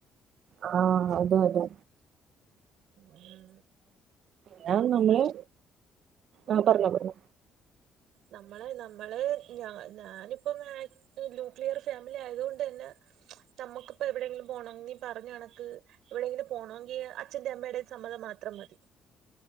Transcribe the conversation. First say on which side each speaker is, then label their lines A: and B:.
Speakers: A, on the right; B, on the right.
A: ആ അതെതെ
B: ഉം
A: പിന്നെ നമ്മള്
B: പക്ഷെ
A: ആ പറഞ്ഞോ പറഞ്ഞോ
B: നമ്മളെ നമ്മള് ഞ ഞാനിപ്പമായിട്ട് ന്യൂക്ലിയർ ഫാമിലിയായത് കൊണ്ടെന്നെ നമ്മുക്ക് പ്പെവെടെങ്കിലും പോണോങ്കി പറഞ്ഞ കണക്ക് എവിടെയെങ്കിലും പോണോങ്കി അച്ഛന്റെ അമ്മടെ സമ്മതം മാത്രം മതി